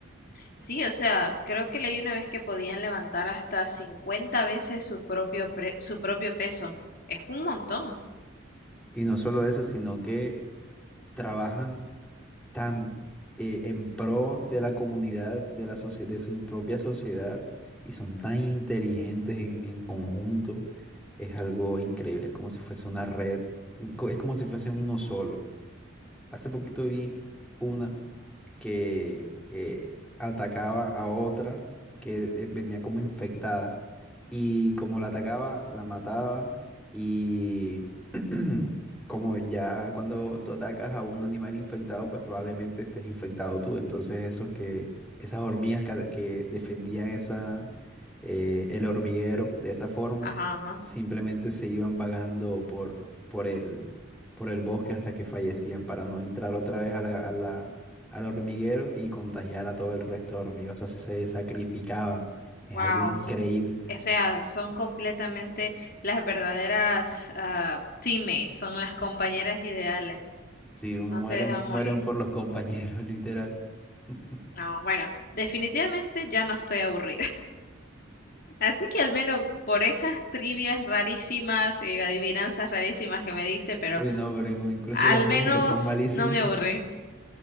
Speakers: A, on the left; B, in the centre.
A: Sí, o sea, creo que leí una vez que podían levantar hasta 50 veces su propio, pre- su propio peso. Es un montón.
B: Y no solo eso, sino que trabajan tan eh, en pro de la comunidad, de la socie- de su propia sociedad, y son tan inteligentes en, en conjunto. Es algo increíble, es como si fuese una red, co- es como si fuesen uno solo. Hace poquito vi una. que eh, atacaba a otra que eh, venía como infectada y como la atacaba, la mataba y <clears throat> como ya cuando tú atacas a un animal infectado, pues probablemente estés infectado tú. Entonces esos que, esas hormigas que, ata- que defendían esa, eh, el hormiguero de esa forma,
A: Ajá, ajá.
B: simplemente se iban vagando por, por el, por el bosque hasta que fallecían para no entrar otra vez a la, a la- al hormiguero y contagiar a todo el resto de hormigas. O sea, se, se sacrificaban. Es
A: Wow.
B: algo increíble.
A: O sea, son completamente las verdaderas ah, teammates, son las compañeras ideales.
B: Sí, mueren,
A: No te dejan
B: mueren
A: morir.
B: por los compañeros, literal. <laughs>
A: No, bueno, definitivamente ya no estoy aburrida. Así que al menos por esas trivias rarísimas, eh, adivinanzas rarísimas que me diste, pero
B: Uy, no, pero in- incluso
A: al
B: las mías
A: menos
B: que son malísimas,
A: no me aburrí,